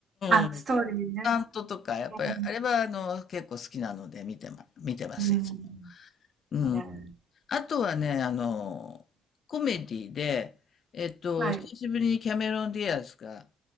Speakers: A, on the right; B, on the left.
A: あ、
B: うん、
A: ストーリーね。
B: タントとか、やっぱり、
A: うん。
B: あれはあの、結構好きなので見てま、見てます、
A: う
B: いつも。うん。
A: んええ
B: あとはね、あの、コメディで、えっと、
A: はい。
B: 久しぶりにキャメロン・ディアスが、